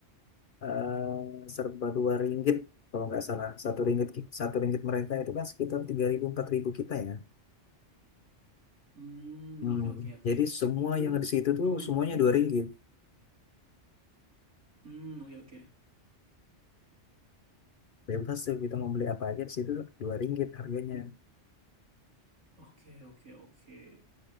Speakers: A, on the left; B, on the right.
A: eh, serba dua ringgit kalau nggak salah. Satu ringgit ki- satu ringgit mereka itu kan sekitar tiga ribu empat ribu kita ya.
B: Hmm,
A: Hmm.
B: oke oke oke.
A: Jadi semua
B: Itu
A: yang di situ tuh
B: lumayan
A: semuanya
B: oke
A: dua
B: sih
A: ringgit.
B: ya. Hmm, oke oke.
A: Bebas tuh kita mau beli apa aja di situ dua ringgit harganya.
B: Oke oke oke.